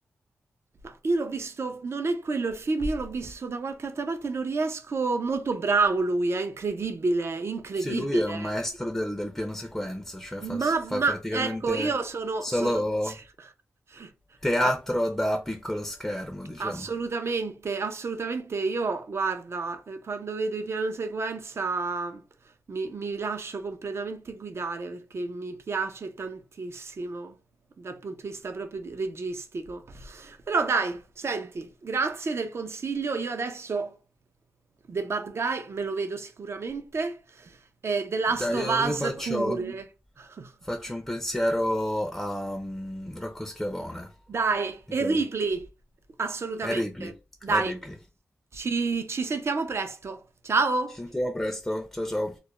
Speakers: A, on the right; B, in the centre.
A: Ma io l'ho visto, non è quello il film, io l'ho visto da qualche altra parte, non riesco, molto bravo lui, è incredibile, incredibile.
B: Sì, lui è un maestro del, del piano sequenza, cioè fa,
A: Ma,
B: fa
A: ma
B: praticamente
A: ecco, io sono,
B: solo
A: sono... <laughs>
B: teatro
A: a-
B: da piccolo schermo, diciamo.
A: Assolutamente, assolutamente. Io, guarda, eh, quando vedo i piano sequenza mi, mi lascio completamente guidare perché mi piace tantissimo dal punto di vista proprio di- registico. Però dai, senti, grazie del consiglio. Io adesso The Bad Guy me lo vedo sicuramente e The Last
B: Dai,
A: of
B: io,
A: Bello,
B: io
A: Us
B: faccio,
A: facciamo. pure. <laughs>
B: faccio un pensiero a mm, Rocco Schiavone.
A: Dai,
B: Di
A: e
B: quello.
A: Ripley, assolutamente.
B: È Ripley,
A: Dai,
B: è Ripley.
A: ci ci sentiamo presto. Ciao!
B: Ci sentiamo presto, ciao ciao.